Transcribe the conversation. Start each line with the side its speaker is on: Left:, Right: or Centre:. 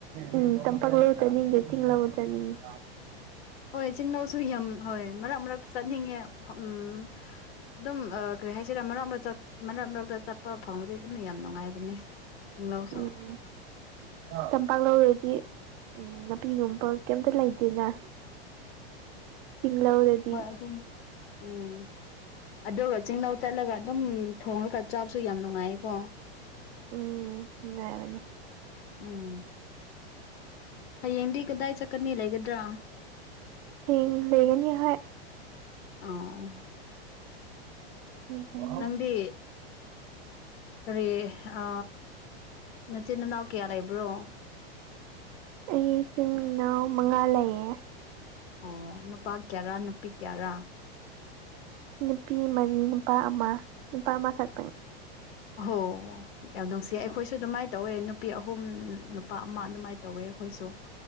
Right: ꯎꯝ ꯇꯝꯄꯥꯛꯂ ꯆꯠꯅꯤꯡꯉꯦ ꯆꯤꯡꯂ ꯆꯠꯅꯤꯡꯉꯦ
Left: ꯍꯣꯏ ꯆꯤꯡꯂꯧꯁꯨ ꯌꯥꯝ ꯍꯣꯏ ꯃꯔꯛ ꯃꯔꯛ ꯆꯠꯅꯤꯡꯉꯦ ꯎꯝ ꯑꯗꯨꯝ ꯀꯔꯤ ꯍꯥꯏꯁꯤꯔꯥ ꯃꯔꯛ ꯃꯔꯛ ꯃꯔꯛ ꯃꯔꯛꯇ ꯆꯠ ꯑꯐ ꯐꯪꯕꯗꯩ ꯑꯗꯨꯝ ꯌꯥꯝ ꯅꯨꯡꯉꯥꯏꯕꯅꯦ ꯆꯤꯡꯂꯧꯁꯨ
Right: ꯎꯝ ꯇꯝꯄꯥꯛ ꯂꯧꯔꯗꯤ ꯎꯝ ꯅꯥꯄꯤꯒꯨꯝꯕ ꯀꯩꯝꯇ ꯂꯩꯇꯦꯅ ꯆꯒ꯭ꯂ ꯑꯣꯗꯗꯤ
Left: ꯑꯗꯨ ꯎꯝ ꯑꯗꯨꯒ ꯆꯤꯡꯂꯧ ꯆꯠꯂꯒ ꯑꯗꯨꯝ ꯊꯣꯡꯉꯒ ꯆꯥꯕꯁꯨ ꯌꯥꯝ ꯅꯨꯡꯉꯥꯏꯌꯦꯀꯣ
Right: ꯎꯝ ꯌꯥꯅꯨꯡꯉꯏꯥꯏꯕꯅꯤ
Left: ꯎꯝ ꯍꯌꯦꯡꯗꯤ ꯀꯗꯥꯏ ꯆꯠꯀꯅꯤ ꯂꯩꯒꯗ꯭ꯔꯥ
Right: ꯇ ꯕꯤꯔꯒꯅꯤ ꯍ
Left: ꯑꯥ
Right: ꯂꯩꯒꯅꯤ꯫
Left: ꯅꯪꯗꯤ ꯀꯔꯤ ꯑ ꯅꯆꯤꯟ ꯅꯅꯥꯎ ꯀꯌꯥ ꯂꯩꯕ꯭ꯔꯣ
Right: ꯑꯩ ꯏꯤꯟ ꯏꯅꯥꯎ ꯃꯉꯥ ꯂꯩꯌꯦ
Left: ꯑꯣ ꯅꯨꯄꯥ ꯀꯌꯥꯔꯥ ꯅꯨꯄꯤ ꯀꯌꯥꯔꯥ
Right: ꯅꯨꯄꯤ ꯃꯔꯤ ꯅꯨꯄꯥ ꯑꯃ ꯅꯨꯄꯥ ꯑꯃ ꯈꯛꯇꯪ
Left: ꯍ ꯑꯦꯎꯗꯣꯡꯁꯤ ꯑꯩꯈꯣꯏ ꯁꯨ ꯑꯗꯨꯃꯥꯏꯅ ꯇꯧꯋꯦ ꯅꯨꯄꯤ ꯑꯍꯨꯝ ꯅꯨꯄꯥ ꯑꯃ ꯑꯗꯨꯃꯥꯏꯅ ꯇꯧꯋꯦ ꯑꯩꯈꯣꯏꯁꯨ